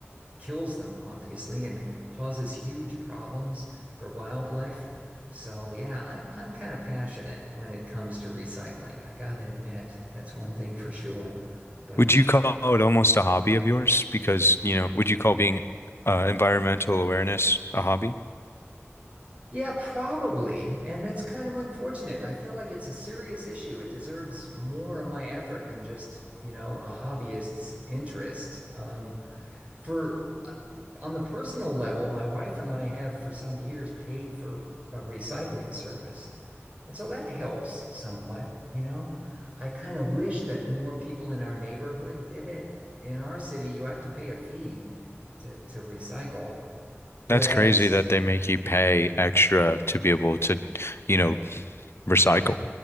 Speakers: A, on the right; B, on the left.
A: kills them, obviously, and causes huge problems for wildlife. So yeah, I'm I'm kind of passionate when it comes to recycling. I gotta admit, that's one thing for sure. But
B: Would you call it almost a hobby of yours? Because, you know, would you call being uh, environmental awareness a hobby?
A: yeah, probably. And that's kind of unfortunate. I feel like it's a serious issue. It deserves more of my effort than just, you know, a hobbyist's interest. Um, for uh, on the personal level, my wife and I have for some years paid for a recycling service. And so that helps somewhat, you know. I kind of wish that more people in our neighborhood did it. In our city, you have to pay a fee to to recycle, whereas
B: That's crazy that they make you pay extra to be able to, you know, recycle.